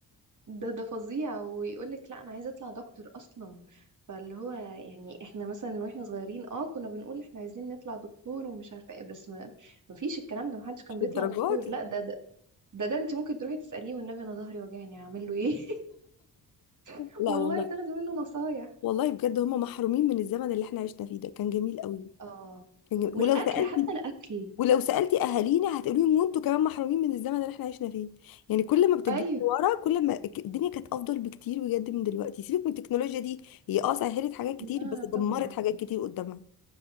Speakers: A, on the right; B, on the left.
A: ده ده فظيع ويقول لك لا انا عايزه اطلع دكتور اصلا فاللي هو يعني احنا مثلا واحنا صغيرين اه كنا بنقول احنا عايزين نطلع دكتور ومش عارفه ايه بس ما ما فيش الكلام ده محدش كان
B: مش
A: بيطلع
B: للدرجه
A: دكتور
B: دي
A: لا ده ده ده, ده انت ممكن تروحي تساليه والنبي انا ظهري وجعني اعمل له ايه <laughs>
B: لا
A: والله
B: والله
A: تاخدي منه نصايح
B: والله بجد هم محرومين من الزمن اللي احنا عشنا فيه ده كان جميل قوي
A: اه
B: كان جميل.
A: والاكل
B: ولو سالتي
A: حتى الاكل
B: ولو سالتي اهالينا هتقولي لهم وانتوا كمان محرومين من الزمن اللي احنا عشنا فيه يعني كل ما بترجعي
A: ايوه
B: ورا كل ما ك- الدنيا كانت افضل بكتير بجد من دلوقتي سيبك من التكنولوجيا دي هي اه سهلت حاجات كتير
A: لا
B: بس
A: طبعا
B: دمرت حاجات كتير قدامها